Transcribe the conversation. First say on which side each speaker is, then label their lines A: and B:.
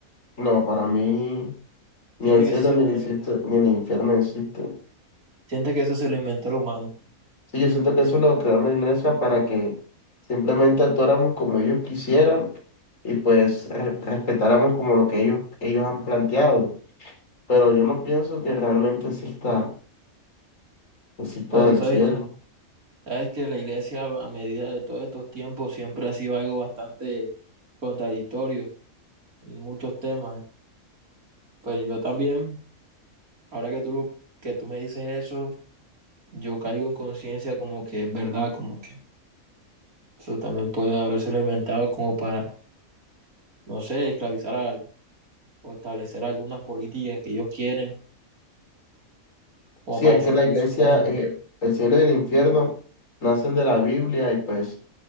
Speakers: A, on the left (about 65°); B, on the right (about 85°).
A: no, para mí ni
B: siente
A: el cielo
B: que eso se
A: ni
B: lo
A: el,
B: inventó,
A: existe- ni el infierno existen.
B: siente que eso se lo inventó el humano.
A: Sí, yo siento que eso lo creó la iglesia para que simplemente actuáramos como ellos quisieran y pues re- respetáramos como lo que ellos, ellos han planteado. Pero yo no pienso que realmente exista, exista
B: Bueno, tú
A: el
B: sabes
A: cielo.
B: que, sabes que la iglesia a a medida de todos estos tiempos siempre ha sido algo bastante contradictorio en muchos temas. Pues yo también, ahora que tú, lo- que tú me dices eso, yo caigo en conciencia como que es verdad, como que eso también puede habérselo inventado como para, no sé, esclavizar al- o establecer algunas políticas que ellos quieren como
A: Sí,
B: para
A: es
B: seguir
A: que la iglesia,
B: su reina.
A: eh, el cielo y el infierno nacen de la Biblia y pues